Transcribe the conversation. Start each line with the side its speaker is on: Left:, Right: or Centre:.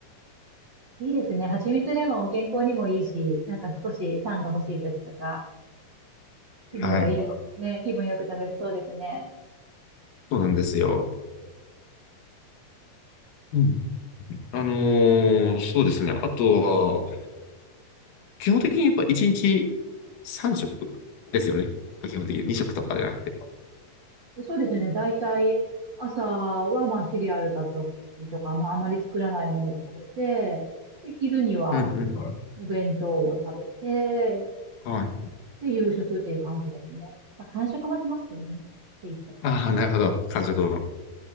Right: いいですね。蜂蜜レモン健康にもいいし、なんか少し酸が欲しい時とか、気分がいい、
Left: ね。はい。
Right: ね、気分よく食べれそうですね。
Left: そうなんですよ。うん。あのーそうですね。あとは、基本的にやっぱ1日3食ですよね。基本的に2食とかでなくて。
Right: そうですね。だいたい朝はまあシリアルだったりとか、まああまり作らないものを食べて、で、昼には
Left: うんうん。
Right: お弁当を食べて、
Left: はい。
Right: で、夕食っていう感じですね。まあ、間食もしますけどね。スイーツとか。
Left: ああ、なるほど。完食を。